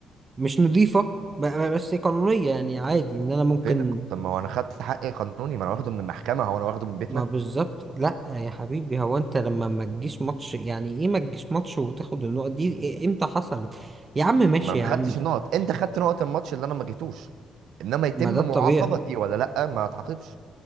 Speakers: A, on the right; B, on the right.
A: مش نظيفه ب- ب- بس قانونيه يعني عادي ان انا ممكن
B: فين طب ما هو انا خدت حقي قانوني ما انا واخده من المحكمه هو انا واخده من بيتنا
A: ما بالظبط لا يا حبيبي هو انت لما ما تجيش ماتش يعني ايه ما تجيش ماتش وتاخد النقط دي إيه- امتى حصلت يا عم ماشي
B: ما انا
A: يا
B: ما
A: عم
B: خدتش النقط انت خدت نقط الماتش اللي انا ما جيتوش انما يتم
A: ما ده الطبيعي
B: معاقبتي ولا لا ما اتعاقبش